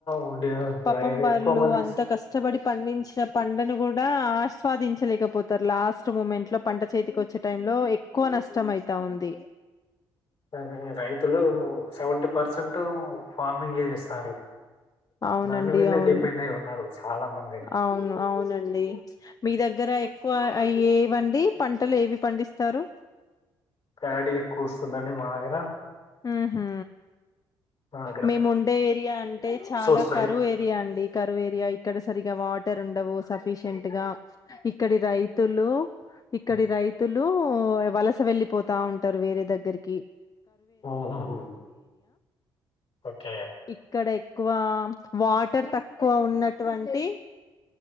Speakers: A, on the left (about 55°); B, on the left (about 35°).
A: ఉండే
B: పాపం
A: రై-
B: వాళ్ళు
A: ఎక్కువ మంది
B: అంత కష్టపడి పండించిన పండను కూడా ఆస్వాదించలేకపోతారు లాస్ట్ మూమెంట్ లో పంట చేతికి వచ్చే టైం లో ఎక్కువ నష్టం అయితా ఉంది
A: అదే రైతులూ సెవెంటీ పర్సెంట్ టూ ఫార్మింగే చేస్తారు
B: అవునండి
A: దాని మీదే
B: అవును
A: డిపెండ్ అయి ఉన్నారు చాలా మంది
B: అవును అవునండి మీ దగ్గర ఎక్కువ అ ఏవండి పంటలు ఏవి పండిస్తారు
A: ప్యాడీ ఎక్కువస్తుందండి మా దగ్గర
B: ఆహా
A: ఆ
B: మేముండే ఏరియా అంటే చాలా
A: వస్తాయి
B: కరువు ఏరియా అండి కరువేరియా ఇక్కడ సరిగా వా టరుండవు సఫీషియంట్ గా ఇక్కడి రైతులు ఇక్కడి రైతులూ వలస వెళ్ళిపోతావుంటరు వేరే దగ్గరికి
A: ఓహో ఓకే
B: ఇక్కడె క్కువా వాటర్ తక్కువ ఉన్నటువంటి